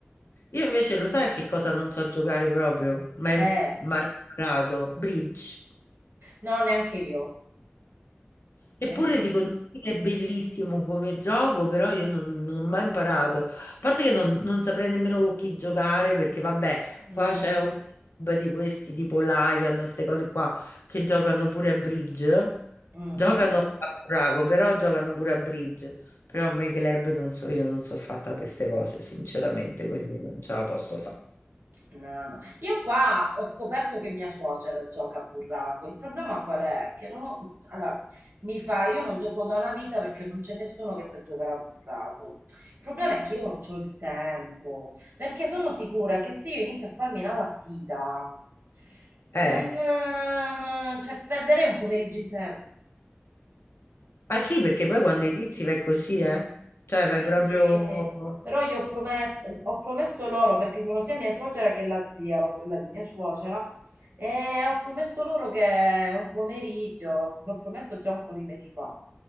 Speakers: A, on the left; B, on the right.
A: Io invece lo sai che cosa non so giocare proprio, ma im-
B: Eh,
A: ma ho imparato, bridge.
B: no, neanche io,
A: Eppure
B: neanche io.
A: dico tutti che è bellissimo come gioco, però io non, non ho mai imparato. A parte che non, non saprei nemmeno con chi giocare, perché vabbè,
B: Mm,
A: qua c'è un club di questi tipo Lion, queste cose qua, che giocano pure a bridge.
B: mhm.
A: Giocano a Prago, però giocano pure a bridge. Però a me i club non so, io non so fatta per queste cose, sinceramente, quindi non ce la posso
B: No, no. Io qua ho scoperto che mia suocera gioca a burraco. Il problema qual è? Che no, allora, mi fa, io non gioco da una vita perché non c'è nessuno che sa giocare a burraco. Il problema è che io non ho il tempo, perché sono sicura che se io inizio a farmi una partita,
A: fare.
B: non, eh, non- cioè, perderei un pomeriggio intero.
A: Ma sì, perché poi quando inizi vai così, eh? Cioè
B: Quindi,
A: vai proprio...
B: eh, però io ho promesso, ho promesso loro, perché sono sia mia suocera che la zia, la sorella di mia suocera, e ho promesso loro che un pomeriggio, l'ho promesso già un po' di mesi fa.